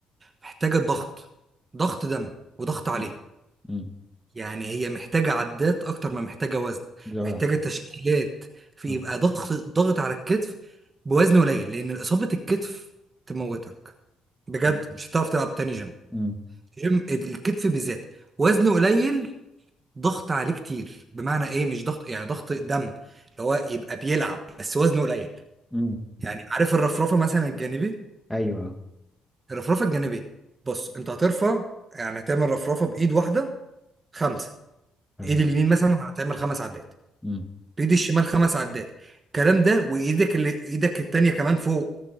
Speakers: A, on the right; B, in the centre.
A: محتاجة ضغط ضغط دم وضغط عليها
B: مم. مم.
A: يعني هي محتاجة عدات أكتر ما محتاجة وزن
B: زود
A: محتاجة
B: عندك
A: تشكيلات في
B: آه.
A: يبقى ضغط ضغط على الكتف بوزن قليل لأن إصابة الكتف تموتك بجد
B: مم.
A: مش هتعرف تلعب تاني جيم
B: مم.
A: جيم الكتف بالذات وزن قليل ضغط عليه كتير بمعنى إيه مش ضغط يعني ضغط دم اللي هو يبقى بيلعب بس وزنه قليل
B: مم.
A: يعني عارف الرفرفة مثلا الجانبي
B: أيوه
A: الرفرفة الجانبي بص أنت هترفع يعني هتعمل رفرفة بإيد واحدة خمسة
B: تمام
A: ايد اليمين مثلا هتعمل خمس عدات
B: مم.
A: بايد الشمال خمس عدات الكلام ده وايدك اللي ايدك التانية كمان فوق